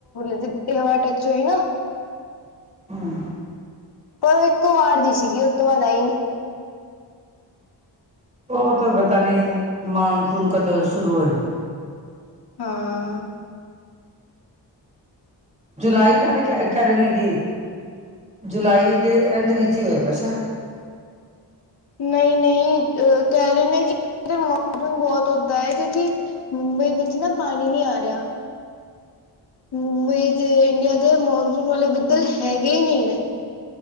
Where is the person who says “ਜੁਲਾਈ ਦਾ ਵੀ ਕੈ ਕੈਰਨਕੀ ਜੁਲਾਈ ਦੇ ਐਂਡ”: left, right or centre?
Right